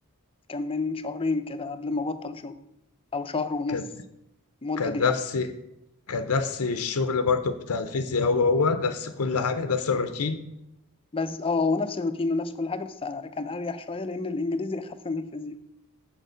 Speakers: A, on the left; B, on the left.
A: كان من شهرين كده قبل ما بطل شغل او شهر ونص
B: كان
A: المدة
B: كان
A: دي
B: نفس
A: يعني
B: كان نفس الشغل برضه بتاع الفيزياء هو هو نفس كل حاجه نفس الروتين
A: بس اه هو نفس الروتين ونفس كل حاجة بس أنا كان اريح شوية لان الانجليزي اخف من الفيزياء